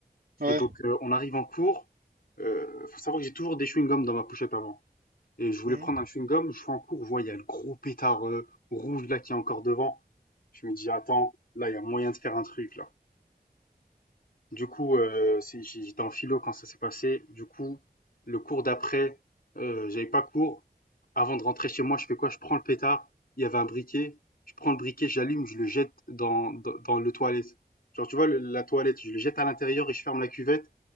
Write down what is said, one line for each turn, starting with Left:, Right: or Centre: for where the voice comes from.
Right: Ouais.
Left: Et
Right: Ouais.
Left: donc euh, on arrive en cours. Euh, faut savoir que j'ai toujours des chewing-gums dans ma pochette avant. Et je voulais
Right: Hmm.
Left: prendre un chewing-gum, je suis en cours, je vois il y a le gros pétard euh, rouge là qui est encore devant. Je me dis attends, là il y a moyen de faire un truc là. Du coup, euh, c'est- j'étais en philo quand ça s'est passé. Du coup, le cours d'après, euh, j'avais pas cours. Avant de rentrer chez moi, je fais quoi? Je prends le pétard. Il y avait un briquet. Je prends le briquet, j'allume, je le jette dans, dans, dans le toilette. Genre, tu vois, le- la toilette, je le jette à l'intérieur et je ferme la cuvette